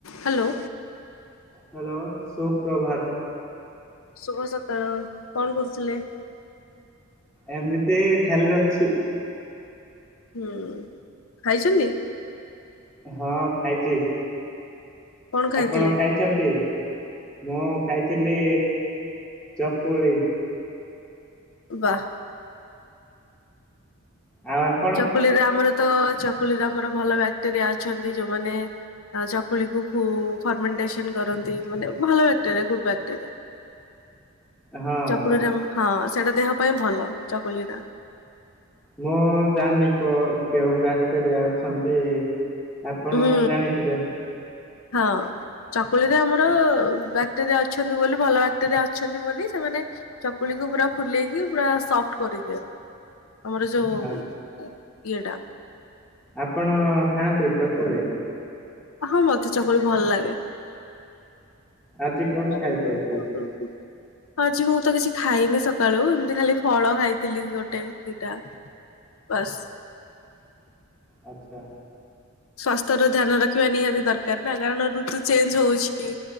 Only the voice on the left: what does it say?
Hello.
ଶୁଭ ସକାଳ କଣ କରୁଥିଲେ?
ହୁଁ ଖାଇଛନ୍ତି?
କଣ ଖାଇଥିଲେ
ବାଃ।
ଚକୁଳି ରେ ଆମର ତ ଚକୁଳିରେ ଆମର ଭଲ ବ୍ୟାକ୍ଟେରିଆ ଅଛନ୍ତି ଯୋଉମାନେ ଚକୁଳିକୁ ଫର୍ମେଣ୍ଟେସନ୍ କରନ୍ତି ମାନେ ଭଲ ବ୍ୟାକ୍ଟେରିଆ ଗୁଡ୍ ବ୍ୟାକ୍ଟେରିଆ।
ଚକୁଳି
ଟା ହଁ ସେଇଟା ଦେହ ପାଇଁ ଭଲ ଚକୁଳି ଟା।
ହୁଁ
ହଁ। ଚକୁଳିରେ ଆମର ବ୍ୟାକ୍ଟରିଆ ଅଛନ୍ତି ବୋଲି ଭଲ ବ୍ୟାକ୍ଟରିଆ ଅଛନ୍ତି ବୋଲି ସେମାନେ ଚକୁଳିକୁ ପୁରା ଫୁଲେଇକି ପୁରା ସଫ୍ଟ କରିଦିଅନ୍ତି। ଆମର ଯୋଉ
ଇଏଟା।
ହଁ ମତେ ଚକୁଳି ଭଲ ଲାଗେ।
ଆଜି
କଣ ଖାଇଚନ୍ତି? ଆଜି ମୁଁ ତ କିଛି ଖାଇନି ସକାଳୁ ଏମିତି ଖାଲି ଫଳ ଖାଇଥିଲି ଗୋଟେ ଦିଟା ବାସ୍।
ସ୍ଵାସ୍ଥ୍ୟ ର ଧ୍ୟାନ ରଖିବା ନିହାତି ଦରକାର ନା କାରଣ ଋତୁ ଚେଞ୍ଜ୍ ହଉଚି।